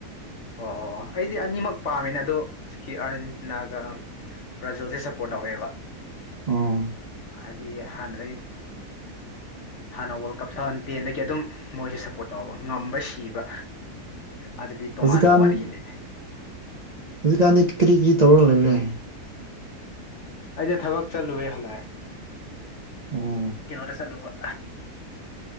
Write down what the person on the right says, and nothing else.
ꯎꯝ
ꯍꯧꯖꯤꯛꯀꯥꯟ
ꯍꯧꯖꯤꯛꯀꯥꯟꯗꯤ ꯀꯔꯤ ꯀꯔꯤ ꯇꯧꯔꯒ ꯂꯩꯔꯦ
ꯑꯣ